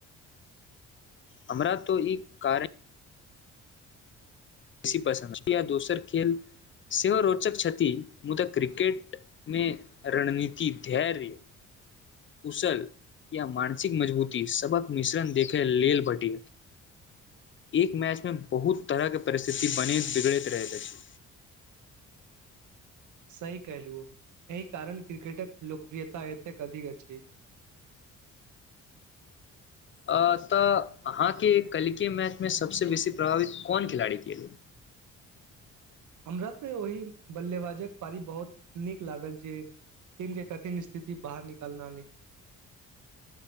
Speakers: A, on the left; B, on the right.
A: हमरा तो ई कारण बेसी पसन्दिया दोसर खेल सेहो रोचक छथि मुदा क्रिकेट मे रणनीति धैर्य कुशल या मानसिक मजबूती सबक मिश्रण देखे ल भटी एक मैच मे बहुत तरह के परिस्थिति बने बिगड़ैत रह छी
B: सही कहलहु एहि कारण क्रिकेटक लोकप्रियता एतेक अधिक अछि
A: अ तऽ अहाँके कलके मैचमे सबसे बेसी प्रभावित कोन खेलाड़ी क
B: हमरा तऽ ओहि बल्लेबाजक पारी बहुत नीक लागल जे टीम के कठिन स्थिति बाहर निकालनाले